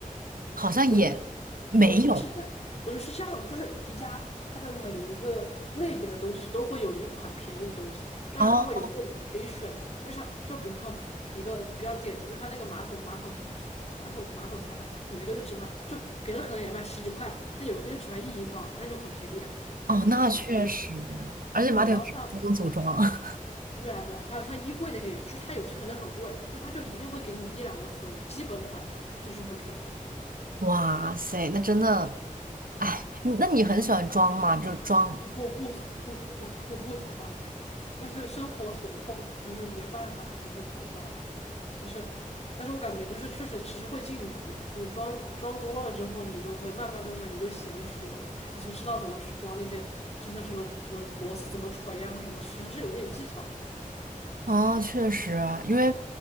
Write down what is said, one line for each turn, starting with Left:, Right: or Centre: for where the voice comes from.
Right: 好像也没有
Left: <laughs> 我就是，我就是这样，我就是这样的，就是宜家它的每一个类别的东西都会有一款便宜的东西，当然它会有贵的可以选择，
Right: 哦
Left: 就像就比如说一个比较点的，就是它那个马桶马桶刷马桶马桶塞有一个就只卖，就别的可能也卖十几块，但有一个就只卖一英镑，那就很便宜啊，
Right: 哦，那确实，
Left: 就是便宜。
Right: 而且马桶是不用组装啊。
Left: 对，然后像呃，
Right: <laughs>
Left: 对啊对啊，还有像衣柜那些也是，就是它有些可能很贵，但它就一定会给你一两个很基本款的，就是很便宜。
Right: 哇塞，那真的，哎，你那你很喜欢装吗？就是装，
Left: 我不我不我我不喜欢，但是生活所迫嘛，就是没办法嘛，就是得装嘛，对，就是，但是我感觉就是确实其实会进步，你装装多了之后，你就会慢慢慢慢你就娴熟了，你就知道怎么去装那些，就是那什么什么螺丝怎么锤啊或什么，其实是有点技巧的。
Right: 哦，确实，因为